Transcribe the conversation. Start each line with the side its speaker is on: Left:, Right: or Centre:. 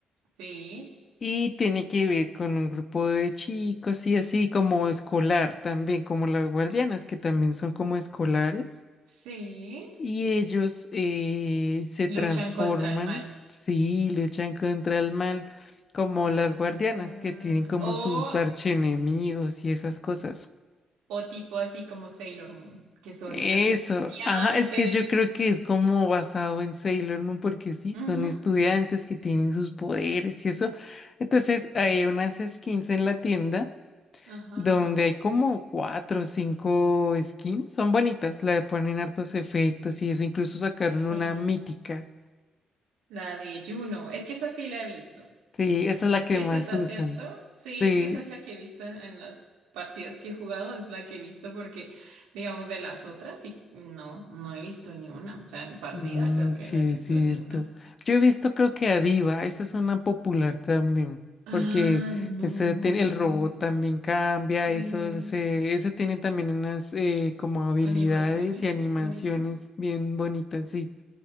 Right: Sí,
Left: Y tiene que ver con un grupo de chicos y así como escolar también, como las guardianas, que también son como escolares.
Right: sí.
Left: Y ellos eh, se
Right: Luchan
Left: transforman,
Right: contra el mal.
Left: sí, luchan contra el mal, como
Right: Ah,
Left: las guardianas, que tienen como
Right: o,
Left: sus archienemigos y esas cosas.
Right: o tipo así como Sailor Moon, que son
Left: Eso,
Right: unas estudiantes.
Left: ajá, es que yo creo que es como basado
Right: Mm.
Left: en Sailor Moon, porque sí,
Right: Ujú,
Left: son estudiantes que tienen sus poderes y eso. Entonces hay unas skins en la tienda
Right: Ajá.
Left: donde hay como cuatro o cinco skins. Son bonitas, le ponen hartos efectos y eso. Incluso sacaron
Right: Sí.
Left: una mítica.
Right: La de Juno. Es que esa sí la he visto.
Left: Sí, esa es la
Right: Sí,
Left: que
Right: es
Left: más
Right: esa,
Left: usan.
Right: ¿cierto? Sí,
Left: Sí,
Right: es que esa es la que he visto en, en las partidas que he jugado, es la que he visto porque, digamos, de las otras, sí, no, no he visto ni una. O sea, en partida
Left: mm,
Right: creo que
Left: sí,
Right: no he visto
Left: es cierto.
Right: ni una.
Left: Yo he visto, creo que a Diva, esa es una popular también.
Right: Ah,
Left: Porque
Right: no.
Left: ese tiene, el robot también cambia,
Right: Sí.
Left: eso, ese, ese tiene también unas eh, como habilidades
Right: Animaciones
Left: y animaciones
Right: bonitas.
Left: bien bonitas, sí.